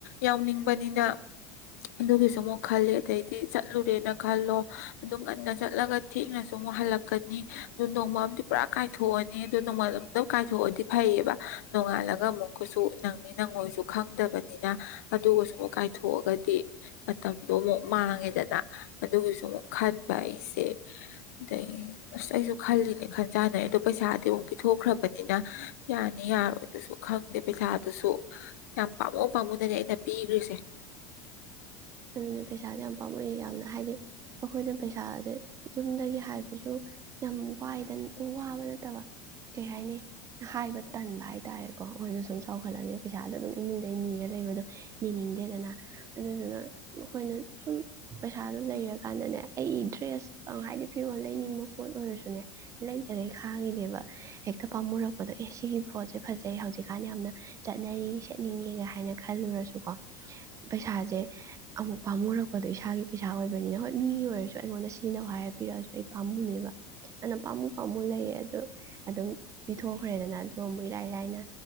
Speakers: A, on the left; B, on the right.
A: ꯌꯥꯎꯅꯤꯡꯕꯅꯤꯅ ꯑꯗꯨꯒꯤꯁꯨ ꯑꯃꯨꯛ ꯈꯜꯂꯦ ꯑꯗꯩꯗꯤ ꯆꯠꯂꯨꯔꯦꯅ ꯈꯜꯂꯣ ꯑꯗꯨꯝ ꯉꯟꯅ ꯆꯠꯂꯒ ꯊꯦꯡꯅꯁꯨ ꯑꯃꯨꯛ ꯍꯜꯂꯛꯀꯅꯤ ꯑꯗꯨ ꯅꯣꯡꯃꯝꯗꯤ ꯄꯨꯔꯥ ꯀꯥꯏꯊꯣꯛꯑꯅꯤ ꯑꯗꯨ ꯅꯣꯡꯃꯥꯜ ꯑꯃꯗ ꯀꯥꯏꯊꯣꯛꯑꯗꯤ ꯐꯩꯌꯦꯕ ꯅꯣꯡꯉꯥꯜꯂꯒ ꯑꯃꯨꯛꯀꯁꯨ ꯅꯪꯅꯤ ꯅꯪꯉꯣꯏꯁꯨ ꯈꯪꯗꯕꯅꯤ ꯅꯤꯅ ꯑꯗꯨꯒꯁꯨ ꯑꯃꯨꯛ ꯀꯥꯏꯊꯣꯛꯑꯒꯗꯤ ꯃꯇꯝꯗꯣ ꯑꯃꯨꯛ ꯃꯥꯡꯉꯦꯗꯅ ꯑꯗꯨꯒꯤꯁꯨ ꯑꯃꯨꯛ ꯈꯟꯕ ꯑꯩꯁꯦ ꯑꯗꯩ ꯑꯁ ꯑꯩꯁꯨ ꯈꯜꯂꯤꯅꯦ ꯈꯟꯖꯥꯅꯩ ꯑꯗꯣ ꯄꯩꯁꯥꯗꯤ ꯑꯃꯨꯛ ꯄꯤꯊꯣꯛꯈ꯭ꯔꯕꯅꯤꯅ ꯌꯥꯅꯤ ꯌꯥꯔꯣꯏ ꯑꯗꯨꯁꯨ ꯈꯪꯗꯦ ꯄꯩꯁꯥꯗꯨꯁꯨ ꯌꯥꯝ ꯄꯥꯝꯃꯨ ꯄꯥꯝꯃꯣꯗꯅꯦ ꯑꯩꯅ ꯄꯤꯈ꯭ꯔꯤꯁꯦ
B: ꯑꯗꯨꯅ ꯄꯩꯁꯥꯁꯦ ꯌꯥꯝ ꯄꯥꯝꯃꯛꯑꯦ ꯌꯥꯝꯅ ꯍꯥꯏꯗꯤ ꯑꯩꯈꯣꯏꯅ ꯄꯩꯁꯥꯁꯦ ꯌꯨꯝꯗꯒꯤ ꯍꯥꯏꯕꯁꯨ ꯌꯥꯝ ꯋꯥꯏꯗ ꯋꯥꯕ ꯅꯠꯇꯕ ꯀꯩ ꯍꯥꯏꯅꯤ ꯍꯥꯏꯕ ꯇꯟꯕ ꯍꯥꯏꯇꯥꯥꯔꯦ ꯀꯣ ꯑꯈꯣꯏꯁꯨ ꯁꯨꯝ ꯆꯥꯎꯈꯠꯂꯅꯤꯅ ꯄꯩꯁꯥꯗꯣ ꯑꯗꯨꯝ ꯏꯃꯨꯡꯗꯩ ꯅꯤꯔ ꯂꯩꯕꯗꯣ ꯅꯤꯅꯤꯡꯗꯦꯗꯅ ꯑꯗꯨꯗꯨꯅ ꯑꯩꯈꯣꯏꯅ ꯁꯨꯝ ꯄꯩꯁꯥꯗꯨꯣ ꯂꯩꯔꯀꯥꯟꯗꯅꯦ ꯑꯩ ꯗ꯭ꯔꯦꯁ ꯍꯥꯏꯗꯤ ꯐꯤꯔꯣꯜ ꯂꯩꯅꯤꯡꯕ ꯄꯣꯠ ꯑꯣꯏꯔꯁꯨꯅꯦ ꯂꯩꯗꯅ ꯑꯩ ꯈꯥꯡꯉꯤꯅꯦꯕ ꯍꯦꯛꯇ ꯄꯥꯝꯃꯨꯔꯛꯄꯗꯣ ꯑꯦ ꯁꯤꯒꯤ ꯄꯣꯠꯁꯦ ꯐꯖꯩ ꯍꯧꯖꯤꯛꯀꯥꯟ ꯌꯥꯝꯅ ꯆꯠꯅꯔꯤ ꯁꯦꯠꯅꯤꯡꯉꯦꯒ ꯍꯥꯏꯅ ꯈꯜꯂꯨꯔꯁꯨꯀꯣ ꯄꯩꯁꯥꯁꯦ ꯑꯃꯨꯛ ꯄꯥꯝꯃꯨꯔꯛꯄꯗꯣ ꯏꯁꯥꯒꯤ ꯄꯩꯁꯥ ꯑꯣꯏꯕꯅꯤꯅ ꯍꯣꯏ ꯃꯤꯒꯤ ꯑꯣꯏꯔꯁꯨ ꯑꯩꯉꯣꯟꯗ ꯁꯤꯖꯤꯟꯅꯧ ꯍꯥꯏꯔ ꯄꯤꯔꯛꯑꯁꯨ ꯑꯩ ꯄꯥꯝꯃꯨꯅꯦꯕ ꯑꯗꯨꯅ ꯄꯥꯝꯃꯨ ꯄꯥꯝꯃꯨ ꯂꯩꯔꯦ ꯑꯗꯨꯗ ꯑꯗꯨꯝ ꯄꯤꯊꯣꯛꯈ꯭ꯔꯦꯗꯅ ꯑꯗꯨꯗ ꯑꯃꯨꯛ ꯏꯔꯥꯏ ꯂꯥꯏꯅ